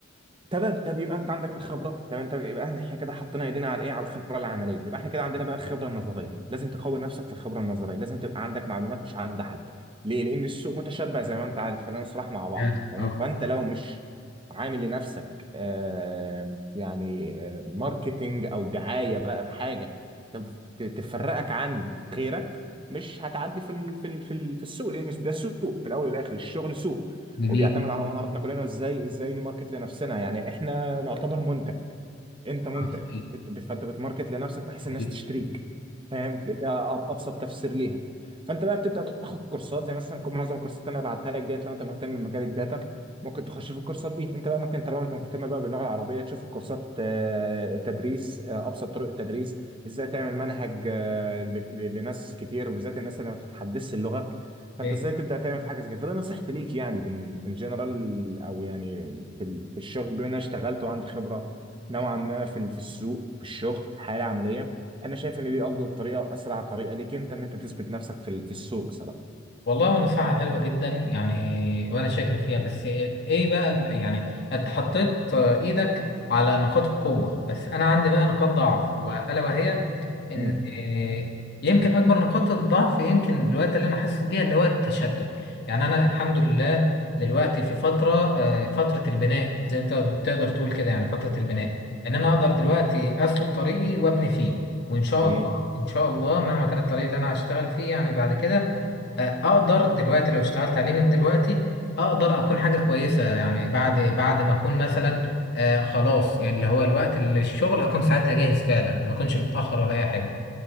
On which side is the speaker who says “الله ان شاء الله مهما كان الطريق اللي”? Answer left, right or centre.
Left